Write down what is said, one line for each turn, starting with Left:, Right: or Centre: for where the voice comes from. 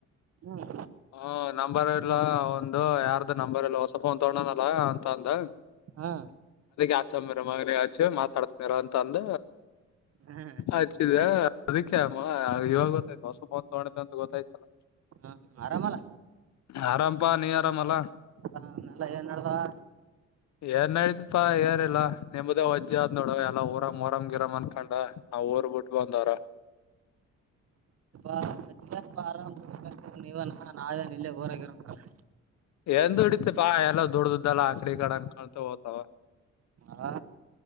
Right: ಹ್ಮ್
Left: ಹ್ಮ ನಂಬರ್ ಇಲ್ಲ ಒಂದು ಯಾರ್ದು ನಂಬರ್ ಎಲ್ಲ ಫೋನ್ ತೊಗೊಂಡನಲ್ಲ ಅಂತ ಅಂದ
Right: ಹಾ
Left: ಆಚ ಮರ ಮಗನ ಆಚೆ ಮಾತಾಡ್ತರ ಅಂತಂದ
Right: ಹ್ಮ್
Left: ಆಚ್ಚಿದ ಅದ ಅ ಇವಾಗ ಗೊತ್ತಾಯ್ತ ಹೊಸಪೋನ ತಗೊಂಡ ಅಂತ ಗೊತ್ತಾಯ್ತಲ್ಲ
Right: ಹ್ಮ ಆರಾಮಲ್ಲ
Left: ಆರಾಮಪಾ ನೀ ಆರಾಮಲ್ಲಾ
Right: ಹ ಆಮೆಲ್ಲ ಏನ್ ನಡ್ದಾವ
Left: ಏನ್ ನಡಿದ್ದ ಇಪ್ಪಾ ಏನಿಲ್ಲಾ ನಿಮ್ಮ್ದೇ ವಜ್ಜ ಆದ್ ನೋಡು ಎಲ್ಲ ಊರಂಗ ಮರಂಗ ಗಿರಂ ಅನ್ಕೊಂಡ ನಾವ್ ಊರ್ ಬಿಟ್ ಬಂದವ್ರ
Right: ಅ ಆರಾಮ್ ನೀವ ನಾವೇ ಇಲ್ಲೇ ೋರಾಗಿರೋ ಕಲ್ಲ
Left: ಎಂದ ಡಿತ ಪಾ ಎಲ್ಲ ದುಡ್ಡ್ದದ್ದಲ್ಲಾ ಆಕಡಿ ಕಡೆ ಅಂದನ್ಕೊತ ಓತವ
Right: ಹಾ